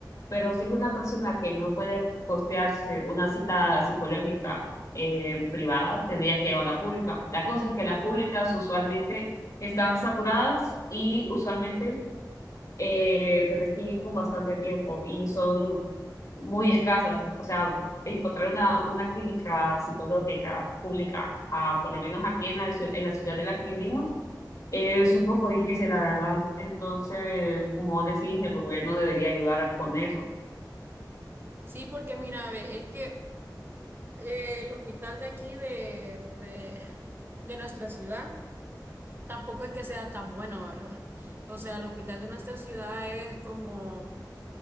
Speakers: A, on the left; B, on the right.
A: pero si es una persona que no puede costearse una cita psicológica eh, privada, tendría que ir a una pública. La cosa es que las públicas usualmente están saturadas y usualmente eh, tenés que ir con bastante tiempo y son muy escasas. O sea, encontrar una, una clínica psicológica pública, ah, por lo menos aquí en la, ciu- en la ciudad de la que vivimos, es un poco difícil, la verdad. Entonces, como vos decís, el gobierno debería ayudar con eso.
B: Sí, porque mira, ve, es que eh, el hospital de aquí de, de, de nuestra ciudad tampoco es que sea tan bueno, ¿verdad? O sea, el hospital de nuestra ciudad es como,